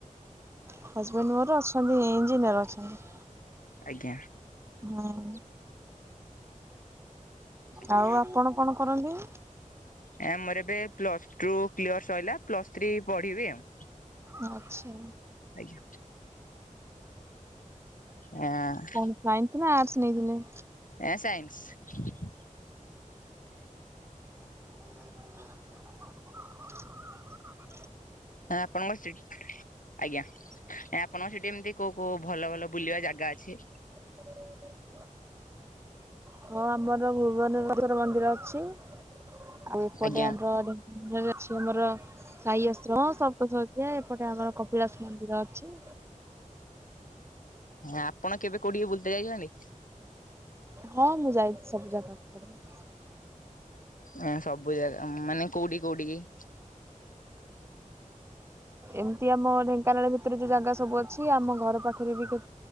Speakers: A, on the right; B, on the left.
A: ହଜବେଣ୍ଡ୍ ମୋର ଅଛନ୍ତି ଇଞ୍ଜିନିୟର ଅଛନ୍ତି।
B: ଆଜ୍ଞା।
A: ହଁ।
B: ଆଜ୍ଞା
A: ଆଉ ଆପଣ କଣ କରନ୍ତି?
B: ଆ ମୋର ଏବେ ପ୍ଲସଟୁ କ୍ଲିୟର ସଇଲା ପ୍ଲସ୍ ଥ୍ରୀ ପଢିବି ଆଉ।
A: ଆଛା।
B: ଆଜ୍ଞା। ଇଆଁ।
A: କଣ ସାଇନ୍ସ୍ ନା ଆର୍ଟସ୍ ନେଇଥିଲେ?
B: ଏ ସାଇନ୍ସ।
A: ହ <inaudible>
B: ହଁ ଆପଣଙ୍କ ସେଠି ଆଜ୍ଞା ଆପଣଙ୍କ ସେଠି ଏମିତି କୋଉ କୋଉ ଭଲ ଭଲ ବୁଲିବା ଜାଗା ଅଛି?
A: ଓ <unintelligible> ହଁ ଆମର ଭୁବନେଶ୍ଵର ଲକ୍ଷ୍ମୀ ମନ୍ଦିର ଅଛି ଆଉ ଏପଟେ
B: ଆଜ୍ଞା
A: ଆମର ଘରେ ଅଛି ଆମର ସାଇଆଶ୍ରମ ସପ୍ତସଜ୍ୟା ଏପଟେ ଆମର କପିଳାସ ମନ୍ଦିର ଅଛି।
B: ଆପଣ କେବେ କୋଉଠଠିକି ବୁଲିତେ ଯାଇଚନ୍ତି?
A: ହଁ ମୁଁ ଯାଇଚି ସବୁ ଜାଗାକୁ। <inaudible>
B: ଉଁ ସବୁ ଜାଗା ମାନେ କୋଉଠି କୋଉଠିକି?
A: ଏମିତି ଆମ ଢେଙ୍କାନାଳ ଭିତରେ ଯୋଉ ଜାଗା ସବୁ ଅଛି ଆମ ଘର ପାଖରେ ବି କେ